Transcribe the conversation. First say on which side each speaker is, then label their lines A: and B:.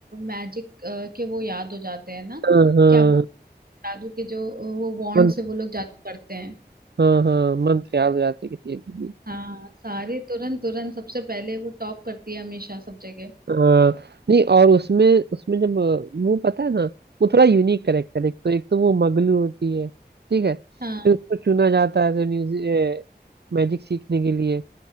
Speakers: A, on the right; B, on the right.
A: मैजिक के वो याद हो जाते हैं ना
B: हाँ हाँ
A: क्या वो जादू के जो अ, वो वॉन्ड
B: मंत्र
A: से वो लोग जादू करते हैं
B: हाँ हाँ मंत्र याद हो जाती है किसी एक भी
A: हाँ सारी तुरंत तुरंत सबसे पहले वो टॉप करती है हमेशा सब जगह
B: हाँ नहीं और उसमें उसमें जब अ, वो पता है ना वो थोड़ा यूनिक करेक्टर एक तो एक तो वो मगलू होती है ठीक है
A: हाँ
B: फिर उसको चुना जाता है जो म्यूजिक मैजिक सीखने के लिए